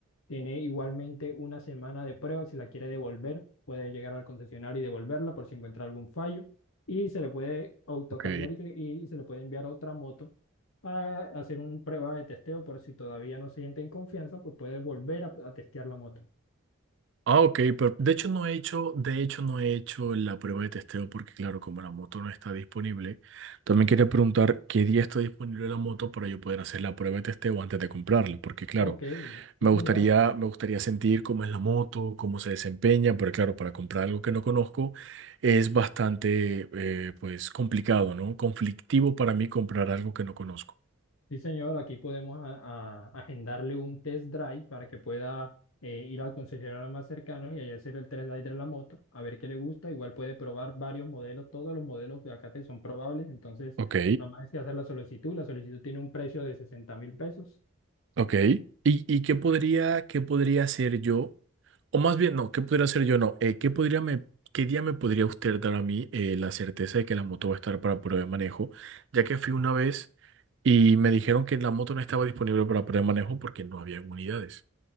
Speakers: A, on the left; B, on the right.
A: Tiene igualmente una semana de prueba. Si la quiere devolver, puede llegar al concesionario y devolverla por si encuentra algún fallo. Y se le puede autocambiar
B: Ok.
A: y, que- y se le puede enviar otra moto para hacer una prueba de testeo por si todavía no se sienten confianza, pues puede volver a, a testear la moto.
B: Ah, ok, pero de hecho no he hecho, de hecho no he hecho la prueba de testeo porque claro, como la moto no está disponible, también quería preguntar qué día está disponible la moto para yo poder hacer la prueba de testeo antes de comprarla, porque claro,
A: Ok, sí
B: me
A: señor,
B: gustaría, me gustaría sentir cómo es la moto, cómo se desempeña, pero claro, para comprar algo que no conozco es bastante eh, pues complicado, ¿no? Conflictivo para mí comprar algo que no conozco.
A: sí señor, aquí podemos a- a- agendarle un test drive para que pueda eh, ir al concesionario más cercano y ahí hacer el test drive de la moto, a ver qué le gusta. Igual puede probar varios modelos, todos los modelos de acá te son probables, entonces
B: Ok.
A: nada más es que hacer la solicitud. La solicitud tiene un precio de sesenta mil pesos.
B: Ok. ¿Y, y qué podría, qué podría hacer yo? O más bien, no, ¿qué podría hacer yo? No, eh, ¿qué podría me, qué día me podría usted dar a mí eh, la certeza de que la moto va a estar para prueba de manejo? Ya que fui una vez y me dijeron que la moto no estaba disponible para prueba de manejo porque no había unidades.